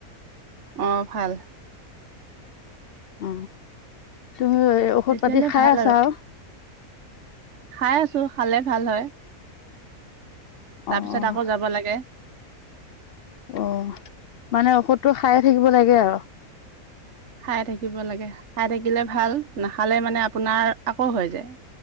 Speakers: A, on the right (about 50°); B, on the left (about 70°).
A: অ ভাল
B: অ তুমি ঔষধ
A: এতিয়ালৈ
B: পাতি খাই
A: ভাল
B: আছা আৰু
A: খাই আছো খালে ভাল হয় তাৰপিছত
B: অ',
A: আকৌ যাব লাগে
B: অ মানে ঔষধটো খাইে থাকিব লাগে আৰু
A: খাই থাকিব লাগে খাই থাকিলে ভাল নাখালে মানে আপোনাৰ আকৌ হৈ যায়